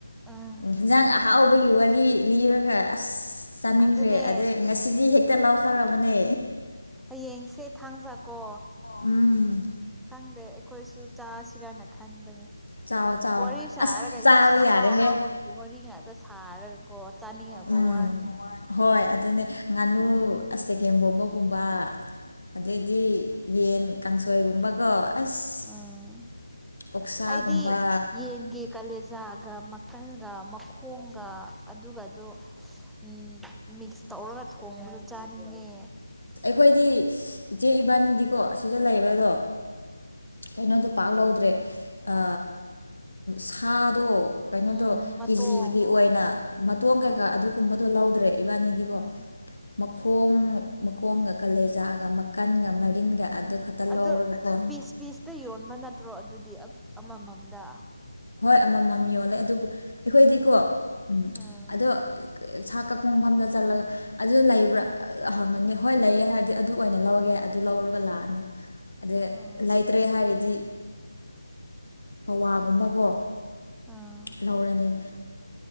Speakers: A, in the centre; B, on the left.
A: ꯑꯥ
B: ꯍꯤꯟꯖꯥꯡ ꯑꯍꯥꯎ ꯕꯒꯤ ꯋꯥꯔꯤ ꯂꯤꯔꯒ ꯑꯁ ꯆꯥꯅꯤꯡꯈ꯭ꯔꯦ
A: ꯑꯗꯨꯅꯦ
B: ꯑꯗꯩ ꯉꯁꯤꯗꯤ ꯍꯦꯛ ꯇꯂꯥꯎ ꯈꯔꯃꯅꯦ꯫
A: ꯍꯌꯦꯡꯁꯦ ꯊꯥꯡꯖꯥꯀꯣ
B: ꯎꯝ
A: ꯈꯪꯗꯦ ꯑꯩꯈꯣꯏꯁꯨ ꯆꯥꯁꯤꯔꯥꯅ ꯈꯟꯕꯅꯤ꯫
B: ꯆꯥꯎ ꯆꯥꯎ
A: ꯋꯥꯔꯤ ꯁꯥꯔꯒ
B: ꯑꯁ ꯆꯥꯕ
A: ꯏꯟꯁꯥꯡ
B: ꯌꯥꯔꯦꯍꯦ
A: ꯑꯍꯥꯎ ꯑꯍꯥꯎꯕꯒꯤ ꯋꯥꯔꯤ ꯉꯥꯛꯇ ꯁꯥꯔꯒꯀꯣ꯫ ꯆꯥꯅꯤꯡꯉꯛꯄ
B: ꯎꯝ
A: ꯋꯥꯅꯤꯗ꯫
B: ꯍꯣꯏ ꯑꯗꯨꯅꯦ ꯉꯥꯅꯨ ꯑꯁ ꯁꯒꯦꯝꯕꯣꯝꯕꯒꯨꯝꯕ
A: ꯎꯝ
B: ꯑꯗꯩꯗꯤ ꯌꯦꯟ ꯀꯥꯡꯁꯣꯏꯒꯨꯝꯕꯀꯣ ꯑꯁ꯫
A: ꯎꯝ
B: ꯑꯣꯛꯁꯥꯒꯨꯝꯕ
A: ꯑꯩꯗꯤ ꯌꯦꯟꯒꯤ ꯀꯥꯂꯦꯖꯥꯒ ꯃꯈꯜꯒ ꯃ ꯈꯣꯡꯒꯥ ꯑꯗꯨꯒꯗꯣ ꯝ ꯃꯤꯛꯁ ꯇꯧꯔꯒ ꯊꯣꯡꯕꯗꯨ ꯆꯥꯅꯤꯡꯉꯦ꯫
B: ꯑꯈꯣꯏꯗꯤ ꯏꯆꯦ ꯏꯕꯥꯅꯤꯗꯤꯀꯣ ꯑꯁꯤꯗ ꯂꯩꯕꯗꯣ
A: ꯎꯝ
B: ꯀꯩꯅꯣꯗꯣ ꯄꯥꯛ ꯂꯧꯗ꯭ꯔꯦ꯫ ꯑ ꯁꯥꯗꯣ ꯀꯩꯅꯣꯗꯣ
A: ꯎꯝ ꯃꯇꯣꯡ
B: ꯀꯦꯖꯤꯒꯤ ꯑꯣꯏꯅ ꯃꯇꯣꯟ
A: ꯎꯝ
B: ꯀꯩꯀꯥ ꯑꯗꯨꯒꯨꯝꯕꯗꯣ ꯂꯧ ꯏꯕꯥꯅꯤꯗꯤꯀꯣ
A: ꯎꯝ
B: ꯃꯈꯣꯡ ꯃꯈꯣꯡꯒ ꯀꯜꯂꯦꯖꯥꯑꯒ ꯃꯀꯟꯒ ꯃꯔꯤꯟꯒ ꯑꯗꯨ ꯈꯛꯇ
A: ꯑꯗꯨ
B: ꯂꯧꯔꯒꯀꯣ
A: ꯄꯤꯁ ꯄꯤꯁꯇ ꯌꯣꯟꯕ ꯅꯠꯇ꯭ꯔꯣ ꯑꯗꯨꯗꯤ ꯑꯃꯃꯝꯗꯥ꯫
B: ꯍꯣꯏ ꯑꯃꯃꯝ ꯌꯣꯜꯂꯦ ꯑꯗꯨꯕꯨ ꯑꯩꯈꯣꯏꯗꯤꯀꯣ ꯎꯝ
A: ꯑꯥ
B: ꯑꯗꯣ ꯁꯥ ꯀꯛꯄ ꯃꯐꯝꯗ ꯆꯠꯂꯒ ꯑꯗꯨ ꯂꯩꯕ꯭ꯔꯥ ꯍꯪꯉꯅꯤ ꯍꯣꯏ ꯂꯩꯌꯦ ꯍꯥꯏꯔꯗꯤ ꯑꯗꯨ ꯑꯣꯏꯅ ꯂꯧꯒꯦ꯫ ꯑꯗꯨ ꯂꯧꯔꯒ ꯂꯥꯛꯑꯅꯤ꯫ ꯑꯗ
A: ꯑꯣ
B: ꯂꯩꯇ꯭ꯔꯦ ꯍꯥꯏꯔꯗꯤ ꯄꯋꯥꯒꯨꯝꯕꯀꯣ
A: ꯑꯥ
B: ꯂꯧꯔꯅꯤ꯫